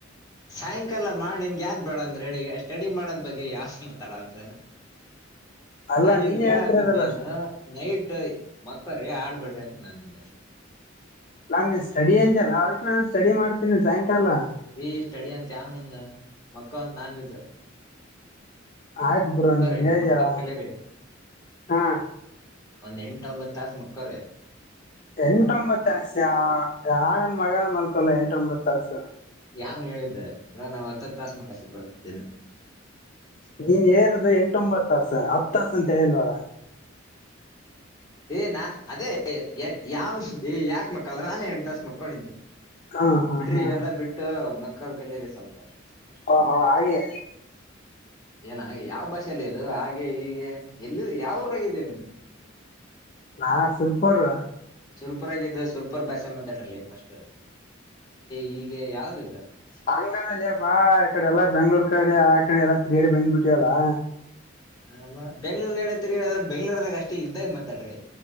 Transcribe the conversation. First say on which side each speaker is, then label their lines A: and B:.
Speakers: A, on the left; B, on the left.
A: ಸಾಯಂಕಾಲ ಮಾಡ ನಿನ್ಗೆ ಯನ್ ಬೇಡಂದಡಿ ಸ್ಟಡಿ ಮಾಡೋದ್ ಬಗ್ಗೆ ಯಾಸ್ ಮಾತಾಡಂತಾನ
B: ಅಲ್ಲಾ
A: ನಾ ನಿನ್
B: ನೀನೇ
A: ಹೇಳತಿದ್ದೇನ್
B: ಹೇಳ್ತಿರೋದಲ್ಲ
A: ನೈಟ್ ಮಕ್ಕ್ರೇ ಆಡ್ಬಿಡ್ ನಾನಂದ
B: ನಾನ ಸ್ಟಡಿ ಅಂದಲ್ಲಾ ಅವಕ್ ನಾನು ಸ್ಟಡಿ ಮಾಡ್ತೇನಿ ಸಾಯಂಕಾಲ
A: ಈ ಸ್ಟಡಿ ಅಂತ ಯಾವನಂದ ಮಕ್ಕಳ ಅಂತ ನಾಂದಿದ್ದ
B: ಆಯ್ತ್ ಗುರು
A: ಅಕ್ಕ
B: ನೀನ್
A: ರ
B: ಹೇಳಿದ್ಯಲ್ಲ
A: ಮಕ್ಕದ ಕೆಲ ರ
B: ಹಾ
A: ಒಂದ್ ಎಂಟ ಒಂಬತ್ ತಾಸ ಮಕ್ಕ್ರ
B: ಎಂಟೊಂಬತ್ತ ಆಸ ನಾ ನನ್ ಮಗನ ಮಲ್ಕೊಲ್ಲ ಎಂಟೊಂಬತ್ತ ಆಾಸ
A: ಯಾವ್ನ್ ಹೇಳಿದೆ ಬ ನಾವ್ ಹತ್ತತ್ತು ತಾಸ ಮಕ್ ಹತಿದ್ರ ಇದಿನ
B: ನೀನ್ ಹೇಳರಿದ ಎಂಟೊಂಬತ್ತಾಸ ಹತ್ತು ತಾಸ ಅಂತ ಹೇಳಲ್ವಾರ
A: ಏ ನಾ ಅದೇ ಯಾವನ್ ಯಾಕ ಮಕ್ಕಲ್ಲ ನಾನ ಎಣ ತಾಸ ಮಕ್ಕೊಂಡಿದಿ
B: ಹಾ ಹಾ
A: ಬಿಡ್ರಿ
B: ಹಾ
A: ಇವೆಲ್ಲಾ ಬಿಟ್ಟು ಮಕ್ಕಳ ಕಲರಿ ಸ್ವಲ್ಪ <unintelligible>
B: ಓಹೋ ಹಾಗೆ
A: ಏನ ಯಾವ ಭಾಷೆಲ್ಲ ಇದು ಹಾಗೆ ಹೀಗೆ ಎಲ್ಲಿ ಯಾವ ಊರಾಗಿದೆಯ ನಿಮ್ದು
B: ನಾ ಸುರ್ಪರು
A: ಸೂಪರ್ ಆಗಿದೆ ಸೂಲ್ಪರ್ ಬಾಷೆ ಮಾತಾಡ್ಲೆ ಫಸ್ಟ್ ಹೀಗೆ ಯಾವ್ದಿದ
B: ಹಂಗಾನಲ್ಲೆ ಬಾ ಇಕಡೆ ಎಲ್ಲ ಬೆಂಗ್ಳೂರ್ ಕಡೆ ಕಡೆ ಎಲ್ಲ ತಿತ್ರರಿಯಡಿ ಬಂದ್ ಬಿಟ್ಟವಲ್ಲಾ
A: ಆ ಬೆಂಗ್ಳೂರ್ಗಡೆ ತಿರುಗಾಡದ್ ಬೆಂಗ್ಳೂರ್ದಾಗ ಅಷ್ಟೇ ಇದ್ದಾಗ ಮಾತಾಡ್ರಿ